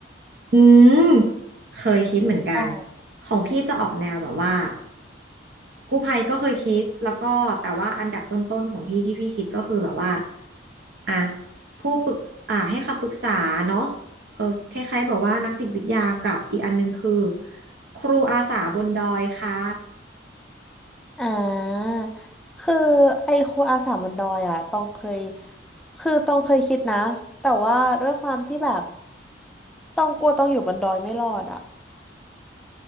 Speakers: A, on the right; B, in the centre.
A: อืมเคยคิดเหมือนกัน
B: ใช่
A: ของพี่จะออกแนวแบบว่า กู้ภัยก็เคยคิดแล้วก็แต่ว่าอันดับต้นๆของพี่ที่พี่คิดก็คือแบบว่าอ่ะผู้ปรึกอ่าให้คำปรึกษาเนาะเออคล้ายๆแบบว่านักจิตวิทยากับอีกอันหนึงคือครูอาสาบนดอยค่ะ
B: อ่าคือไอ้ครูอาสาบนดอยอ่ะต้องเคยคือต้องเคยคิดนะแต่ว่าด้วยความที่แบบต้องกลัวต้องอยู่บนดอยไม่รอดอ่ะ